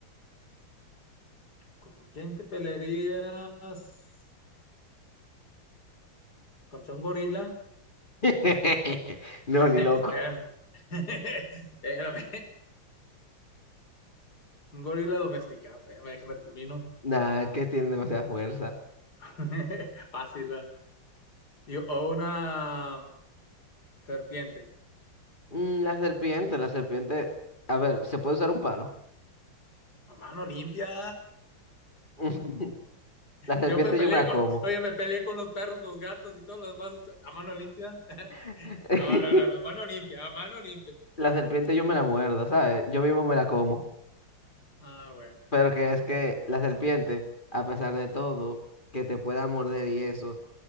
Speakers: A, on the left (about 50°); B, on the left (about 25°).
A: ¿Con quién te pelearías? ¿Contra un gorila?
B: <laughs> No,
A: <laughs>
B: ni loco.
A: Espérame, <laughs> espérame. Un gorila domesticado, espérame, déjame termino.
B: Nah, que tienen demasiada fuerza.
A: <laughs> Fácil. ah. Y- O una mm, serpiente.
B: Mm, la serpiente, la serpiente. A ver, ¿se puede usar un palo?
A: A mano limpia.
B: <laughs> La serpiente
A: Yo me peleé
B: yo me la
A: con,
B: como.
A: oye, me peleé con los perros, los gatos y todo lo demás a mano limpia. <laughs>
B: <laughs>
A: No, no, no, no, mano limpia, a mano limpia.
B: La serpiente yo me la muerdo, ¿sabes? Yo mismo me la como.
A: Ah, bueno.
B: Pero que es que la serpiente, a pesar de todo, que te pueda morder y eso,